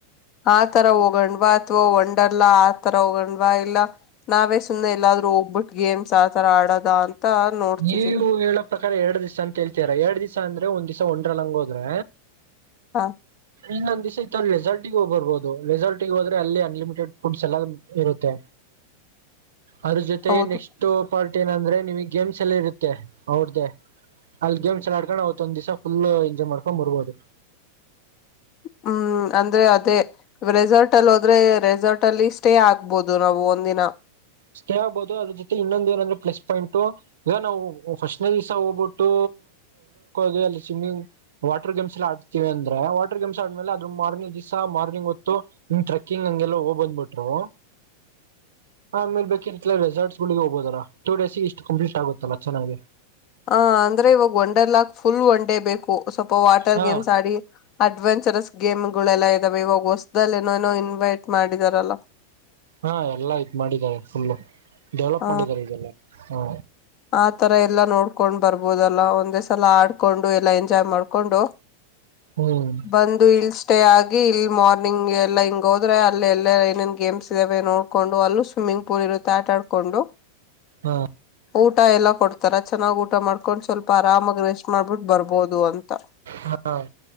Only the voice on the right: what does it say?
ನೀವು ಹೇಳೋ ಪ್ರಕಾರ ಎರಡ್ ದಿವಸ ಅಂತ ಹೇಳ್ತೀರ ಎರಡ್ ದಿವಸ ಅಂದ್ರೆ ಒಂದ್ಿವಸ ಒ್ರಲ್ಲ ಹಂಗ ಹೋದ್ರೆ
ಇನ್ನೊಂದ್ ದ್ಸ ಈ ತಥ ರೆಸಾರ್ಟಿಗೆ ಹೋಗ್ ಬರ್ಬಹದು ರೆಸಾರ್ಟಿಗೆ ಹೋದ್ರೆ ಅಲ್ಲಿ ಅನ್ಲಿಮಿಟೆಡ್ ಫುಡ್ಸ್ ಎಲ್ಲ ಇರುತ್ತೆ
ಅದ ಜೊತೆಗೆ
ನೆಕ್ಸ್ಟ್ ಪಾರ್ಟ್ ಏನಂದ್ರೆ ನಿಮಗ್ ಗೇಮ್ಸ್ ಎಲ್ಲ ಇರುತ್ತೆ ಅವ್ರ್ದೇ ಅಲ್ಲಿ ಗೇಮ್ ಚಲಾಡ್ಕೊಂಡ್ ಅವತ್ತ ಒಂದ ದಿವ್ ಫುಲ್ ಎಂಜಾಯ್ ಮಾಡ್ಕೊಂಡ್ ಬರ್ಬೋದು
ಸ್ಟೇ ಆಗ್ಬಹುದು ಅದ್ರ ಜೊತೆ ಇನ್ನೊಂದು ಏನಂದ್ರೆ ಪ್ಲಸ್ ಪಾಯಿಂಟ್ ಈಗ ನಾವು ಫಸ್ಟ್ನವ್ಸ ಹೋಗ್ಬಿಟ್ಟು ಡೋಲ್ಲಿ ಸ್ವಿಮ್ಮಿಂಗ್ ವಾಟರ್ ಗೇಮ್ಸ್ ಎಲ್ಲಿ ಆಡ್ತೀವಿ ಅಂದ್ರೆ ವಾಟರ್ ಗೇಮ್ಸ್ ಆ ಆದ್ಮೇಲೆ ಅದು ಮಾರ್ನಿಂಗ್ ದಿವಸ ಮಾರ್ನಿಂಗ್ ಹೊತ್ತು ನಿಟ್ರೆಕ್ಕಿಂಗ್ ಹಂಗೆಲ್ಲ ಹೋಗ್ ಬಂದ್ಬಿಟ್ರು ಆ ಮೇಲೆ ಬೇಕಿ ರೆಸಲ್ಟ್ಸ್ ಗಳಿಗೆ ಹೋಗೋದಲ್ಲಾ ಟೂ ಡೇಸ್ಗೆ ಇಷ್ಟು ಕಂಪ್ಲೀಟ್ ಆಗುತ್ತಲ್ಲ ಚೆನ್ನಾಗಿ.
ಹಾ
ಹಾ ಎಲ್ಲಾ ಇ ಮಾಡಿದ್ದಾರೆ ಫುಲ್ಲ ಡೆವಲಪ್
ಮಾಡಿದ್ದಾರೆ ಇದೆಲ್ಲಾ ಹಾ.
ಹ್ಮ್
ಹಾ
ಹಾ.